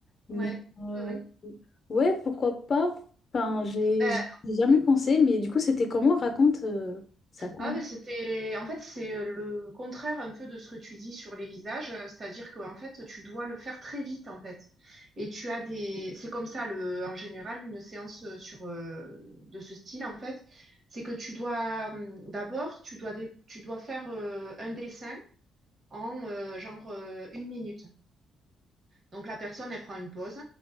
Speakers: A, on the left; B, on the right.
A: Mais
B: Ouais,
A: euh,
B: oui, oui.
A: ouais, pourquoi pas? Enfin, j'ai
B: Ben,
A: j'ai jamais pensé, mais du coup, c'était comment? Raconte euh, ça. comment
B: ah, ben c'était, en fait, c'est euh, le contraire un peu de ce que tu dis sur les visages, euh, c'est-à-dire qu'en fait, tu dois le faire très vite, en fait. Et tu as des, c'est comme ça, le, en général, une séance euh, sur, euh, de ce style, en fait, c'est que tu dois, hum, d'abord, tu dois, dé- tu dois faire euh, un dessin en euh, genre euh, une minute. Donc la personne, elle prend une pause.